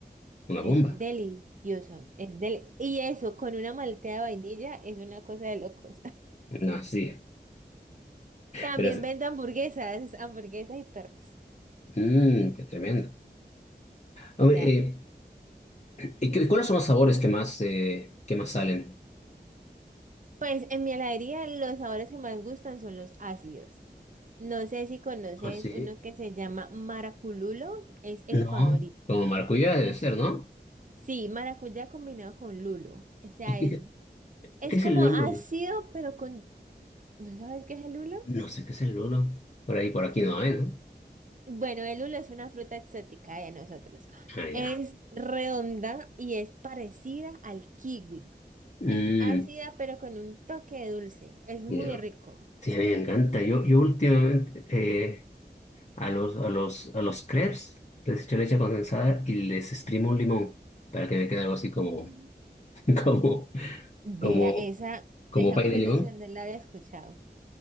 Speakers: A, on the left; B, on the right.
A: una
B: Es
A: bomba.
B: delicioso. Es del y eso, con una malteada de vainilla, es una cosa de locos.
A: No, sí,
B: <laughs> También
A: pero es
B: vendo hamburguesas, hamburguesas y perros.
A: Mm. qué tremendo. Hombre,
B: Ya.
A: eh, ¿Y qué- cuáles son los sabores que más, eh, que más salen?
B: Pues en mi heladería los sabores que más gustan son los ácidos. No sé si conoces
A: Ah, sí.
B: uno que se llama maracululo, es el
A: No.
B: favorito.
A: Como maracuyá debe
B: Es...
A: ser, ¿no?
B: Sí, maracuyá combinado con lulo. O sea,
A: ¿Y qué,
B: es Es
A: qué es
B: como
A: el lolo?
B: ácido, pero con... ¿No sabes qué es el lulo?
A: No sé qué es el lolo. Por ahí, por aquí
B: Eh,
A: no hay, ¿no?
B: Bueno, el lulo es una fruta exótica de nosotros.
A: Ah, ya.
B: Es redonda y es parecida al kiwi.
A: Mm,
B: Es ácida, pero con un toque de dulce. Es muy
A: ya.
B: rico.
A: Sí, a mí me encanta. Yo, yo últimamente eh, a los, a los, a los crepes les echo leche condensada y les exprimo un limón para que me quede algo así como,
B: Mm.
A: <laughs> como,
B: Vea,
A: como,
B: esa,
A: como
B: esa
A: pay
B: combinación
A: de limón.
B: no la había escuchado.